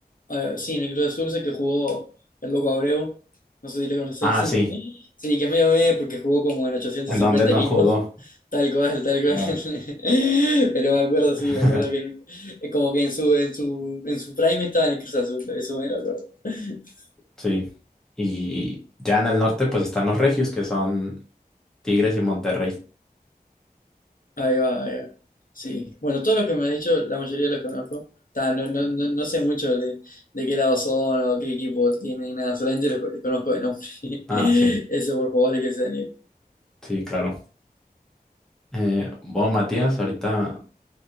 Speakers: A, on the left; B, in the centre.
A: ah, sí, en el Club Azul sé que jugó el Loco Abreu, no sé si lo conocés.
B: Ah,
A: <laughs>
B: sí,
A: Sí, que es medio meh porque jugó como en 850
B: en donde no
A: equipos.
B: jugó,
A: Tal cual, tal cual.
B: claro.
A: <laughs> Pero me acuerdo,
B: <laughs>
A: sí, me acuerdo que en- eh, como que en su, en su, en su prime estaba en el Cruz Azul, eso me lo acuerdo. <laughs>
B: Sí. Y ya en el norte pues están los regios, que son Tigres y Monterrey.
A: Ahí va, ahí va. Sí. Bueno, todos los que me has dicho, la mayoría los conozco. Ta, no, no, no, no sé mucho de, de qué lado son o qué equipo tienen, ni nada, solamente los conozco de nombre. <laughs>
B: Ah, sí,
A: Eso por favor que se anime.
B: sí, claro. Eh, bueno, Matías, ahorita